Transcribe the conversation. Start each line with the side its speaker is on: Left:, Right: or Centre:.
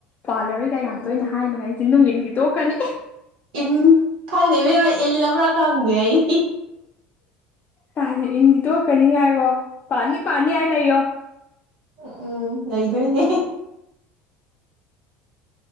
Left: ꯄꯥꯜꯂꯔꯣꯏꯀꯥꯏ
Right: ꯎꯝ
Left: ꯌꯥꯝ
Right: ꯎꯝ
Left: ꯇꯣꯏꯅ ꯍꯥꯏꯅꯣꯍꯦ ꯆꯤꯟꯗꯨꯡ ꯏꯟꯒꯤ ꯇꯣꯛꯀꯅꯤ
Right: ꯏꯟ ꯈꯪꯗꯦ ꯏꯕꯦꯝꯃ ꯏꯜꯂꯕ꯭ꯔꯥ ꯈꯪꯗꯦ ꯑꯩ
Left: <unintelligible> ꯏꯟꯒꯤ ꯇꯣꯛꯀꯅꯤ ꯉꯥꯏꯈꯣ ꯄꯥꯟꯅꯤ ꯄꯥꯟꯅꯤ ꯍꯥꯏ ꯂꯩꯌꯣ
Right: ꯎꯝ ꯎꯝ ꯂꯩꯗꯣꯏꯅꯤ